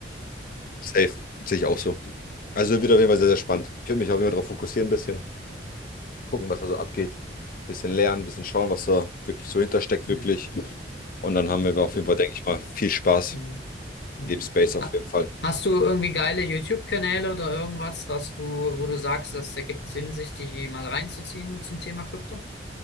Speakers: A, on the left; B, on the left.
A: Safe. Sehe ich auch so. Also wird auf jeden Fall sehr, sehr spannend. Ich würde mich auf jeden Fall darauf fokussieren, ein bisschen gucken, was da so abgeht. Ein bisschen lernen, ein bisschen schauen, was da wirklich so hintersteckt,
B: Hm.
A: wirklich. Und dann haben wir auf jeden Fall, denke ich mal, viel Spaß.
B: Hm. Hm.
A: Dem Space auf
B: Ha-
A: jeden Fall.
B: Hast du irgendwie geile YouTube-Kanäle oder irgendwas, was du, wo du sagst, das ergibt Sinn, sich die mal reinzuziehen zum Thema Krypto?